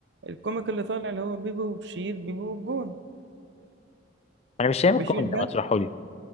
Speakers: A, on the right; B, on the left.
A: الكوميك اللي طالع اللي هو بيبو وبشير بيبو والجون
B: أنا مش فاهم
A: بشير
B: الكومنت
A: ده
B: ده ما تشرحه لي